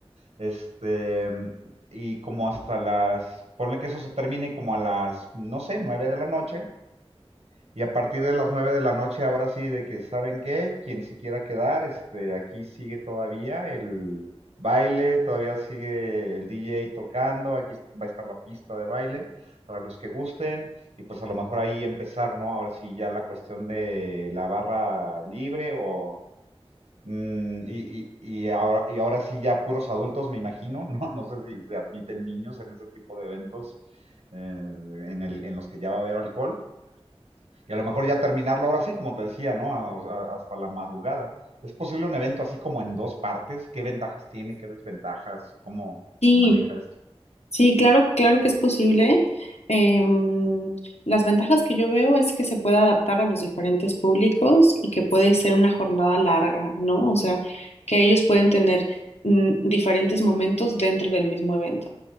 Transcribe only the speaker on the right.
este, y como hasta las, ponle que eso se termine como a las, no sé, nueve de la noche. Y a partir de las nueve de la noche, ahora sí, de que saben qué, quien se quiera quedar, este, aquí sigue todavía el baile, todavía sigue el DJ tocando, aquí va a estar la pista de baile para los que gusten y pues a lo mejor ahí empezar, ¿no? Ahora sí ya la cuestión de la barra libre o Mm, y, y, y ahora, y ahora sí ya puros adultos, me imagino, ¿no? <laughs> No sé si se admiten niños en ese tipo de eventos eh, en el, en los que ya va a haber alcohol. Y a lo mejor ya terminarlo ahora sí, como te decía, ¿no? A- a- hasta la madrugada. ¿Es posible un evento así como en dos partes? ¿Qué ventajas tiene? ¿Qué desventajas? ¿Cómo
se maneja esto?